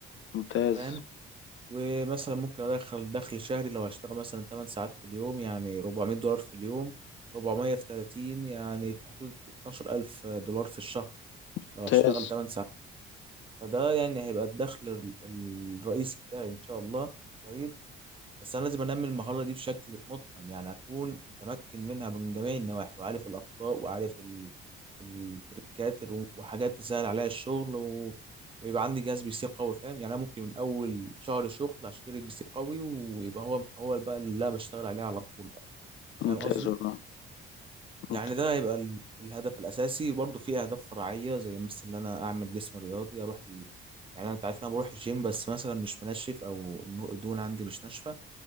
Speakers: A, on the left; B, on the right.
A: ممتاز
B: فاهم ومثلا ممكن ادخل دخل شهري لو هشتغل مثلا 8 ساعات في اليوم يعني 400 دولار في اليوم 400 في 30 يعني في حدود 12000 دولار في الشهر
A: ممتاز
B: لو هشتغل 8 ساعات فده يعني هيبقى الدخل ال- الرئيسي بتاعي ان شاء الله طيب بس انا لازم انمي المهاره دي بشكل متقن يعني اكون متمكن منها من جميع النواحي وعارف الاخطاء وعارف ال- التريكات ال- وحاجات تسهل عليا الشغل و... ويبقى عندي جهاز بي سي قوي فاهم يعني انا ممكن من اول شهر شغل اشتري بي سي قوي ويبقى هو هو بقى اللي انا بشتغل عليه على طول بقى
A: ممتاز
B: فاهم قصدي
A: والله ممتاز
B: يعني ده هيبقى ال- الهدف الأساسي وبرضه في أهداف فرعية زي مثلا إن أنا أعمل جسم رياضي أروح ال- يعني أنت عارف إن أنا بروح الجيم بس مثلا مش منشف أو النو- الدهون عندي مش ناشفة